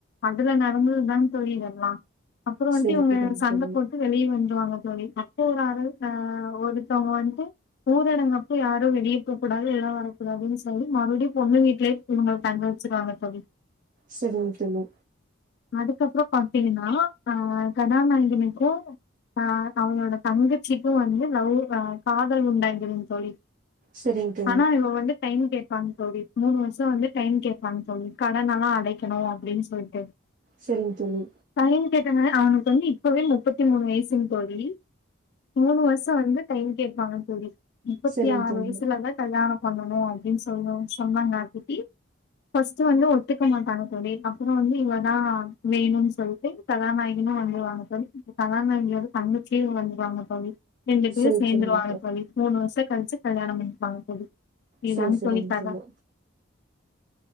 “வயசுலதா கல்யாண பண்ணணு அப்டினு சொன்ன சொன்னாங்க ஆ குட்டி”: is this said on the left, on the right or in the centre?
Left